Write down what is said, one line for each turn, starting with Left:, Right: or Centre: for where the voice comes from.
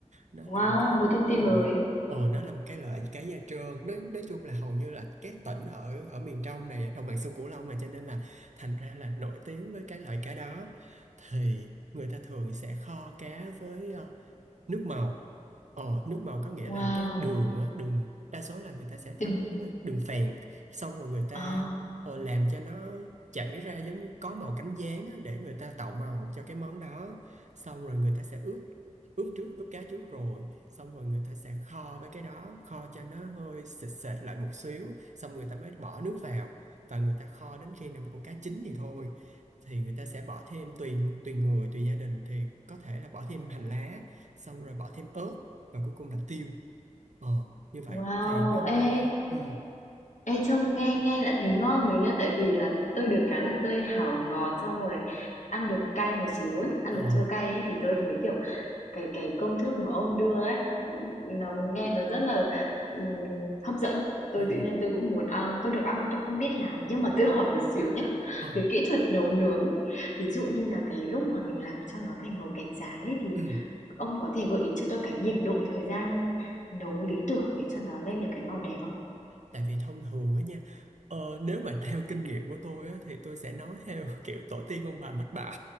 Right: nó
Left: Wow,
Right: là một cái
Left: một thông tin
Right: ờ
Left: mới.
Right: ờ nó là một cái loại cá da trơn nói nói chung là hầu như là các tỉnh ở ở miền trong này ở đồng bằng sông Cửu Long mà cho nên là thành ra là nổi tiếng với cái loại cá đó thì người ta thường sẽ kho cá với ờ, nước màu ờ nước màu có nghĩa
Left: Wow.
Right: là cái đường á đường đa số là người ta sẽ thắng
Left: Đừng.
Right: với đường phèn xong rồi người ta
Left: À,
Right: ờ, làm cho nó chảy ra giống có màu cánh gián á, để người ta tạo màu cho cái món đó xong rồi người ta sẽ ướp ướp trước ướp cá trước rồi xong rồi người ta sẽ kho với cái đó kho cho nó hơi sệt sệt lại một xíu xong người ta mới bỏ nước vào và người ta kho đến khi nào mà con cá chín thì thôi thì người ta sẽ bỏ thêm tùy tùy người tùy gia đình thì có thể là bỏ thêm hành lá xong rồi bỏ thêm ớt và cuối cùng là tiêu ờ như vậy
Left: wow.
Right: thì nó hơi
Left: Ê,
Right: ừ
Left: ê trông nghe nghe đã thấy ngon rồi nha, tại vì là tôi được cái là tôi hảo ngọt xong rồi ăn được cay một xíu ấy, ăn
Right: ờ
Left: được chua cay ấy thì tôi thấy kiểu cái cái công thức mà ông đưa ấy, nó nghe nó rất là, ừm, hấp dẫn. Tôi
Right: ờ
Left: tự nhiên tôi cũng muốn ăn, tôi được ăn thôi tôi không biết làm nhưng mà tôi hỏi một xíu nhá.
Right: ờ
Left: Về kỹ thuật nấu nướng ấy, ví dụ như là cái lúc mà mình làm cho nó thành màu cánh gián ấy thì
Right: ừ
Left: ông có thể gợi ý cho tôi cái nhiệt độ thời gian nấu lý tưởng để cho nó lên được cái màu đẹp không?
Right: tại vì thông thường á nha ờ nếu mà theo kinh nghiệm của tôi á thì tôi sẽ nói theo <laughs> kiểu tổ tiên ông bà mách bảo